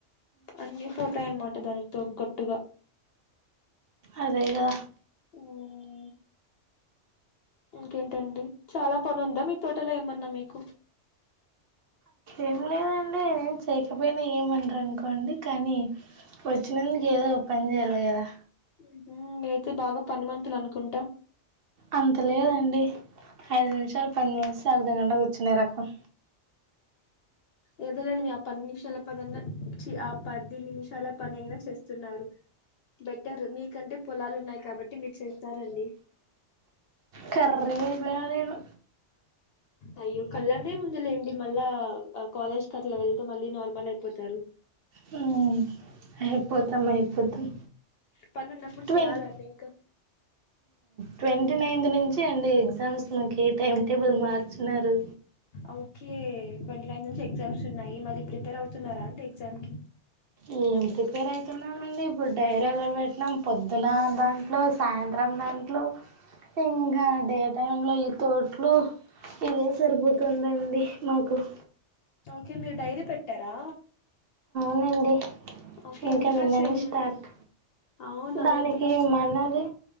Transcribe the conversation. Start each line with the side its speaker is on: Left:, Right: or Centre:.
Left: అన్నీ పోతాయన్నమాట దానికి తగ్గట్టుగా
Right: అదేగా
Left: ఉమ్, ఇంకేంటండి చాలా పనుందా మీ తోటలో ఏమన్నా మీకు
Right: ఏమి లేదండి నేను చేయకపోయినా ఏమన్ ర రనుకోండి కానీ వచ్చినందుకు ఏదో ఒక పని చేయాలి గదా
Left: హు హమ్ అయితే బాగా పనిమంతులు అనుకుంటా
Right: అంత లేదండి ఐదు నిమిషాలు పని చేసి అర్ధ గంట కూర్చునే రకం
Left: ఎదో లేండి ఆ పది నిమిషాల పనన్న చి ఆ పది నిమిషాల పని అయినా చేస్తున్నారు బెట్టర్ మీకంటే పొలాలు ఉన్నాయి కాబట్టి మీరు చేస్తారండి
Right: కర్రీ గా అయిన నేను
Left: అయ్యో కలర్దే ముందులేండి మళ్ళా కాలేజ్కి అట్లా వెళ్తే మళ్ళీ నార్మల్ అయిపోతారు
Right: హా
Left: ఉమ్,
Right: అయిపోతాం అయిపోతాం
Left: పని ఉన్నప్పుడు
Right: ట్వంటీ
Left: చేయ్యాలండి ఇంక
Right: ట్వంటీ నైన్త్ నుంచి అండి ఎగ్జామ్స్ మాకి టైమ్ టేబుల్ మార్చున్నారు
Left: ఓకే ట్వంటీ నైన్ నుంచి ఎగ్జామ్స్ ఉన్నాయి మళ్ళీ ప్రిపేర్ అవుతున్నారా అండి ఎగ్జామ్ కి
Right: ఏం ప్రిపేర్ అయితున్నామండి ఇప్పుడు డైర్యాగా పె <unintelligible> పొద్దున దాంట్లో సాయంత్రం దాంట్లో ఇం నా డే టై లో ఈ తోట్లు ఇదే సరిపోతుందండి మాకు <unintelligible> కు
Left: ఓకే మీరు డైరీ పెట్టారా
Right: అవునండి
Left: ఓకే
Right: ఇంకా
Left: ఎంత
Right: నిన్ననే
Left: ఖర్చు అయిందండి
Right: స్టార్ట్
Left: అవునా
Right: దానికి
Left: ఎంత ఖర్చు
Right: ఏమ్
Left: అయింది
Right: అన్నది